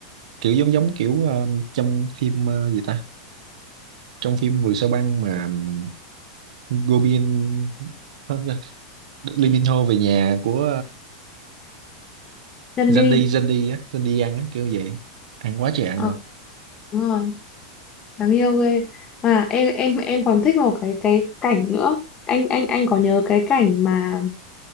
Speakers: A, on the right (about 75°); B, on the left (about 25°).
A: kiểu giống giống kiểu ờ, trong phim ờ, gì ta trong phim Vườn Sao Băng mà um, Gobin không, Liên Minh Hô về nhà của
B: chân
A: dân
B: đi
A: đi dân đi á dân đi ăn á kiểu vậy ăn quá trời ăn
B: Ờ,
A: luôn
B: đúng rồi đáng yêu ghê mà em em em còn thích một cái cái cảnh nữa anh anh anh có nhớ cái cảnh mà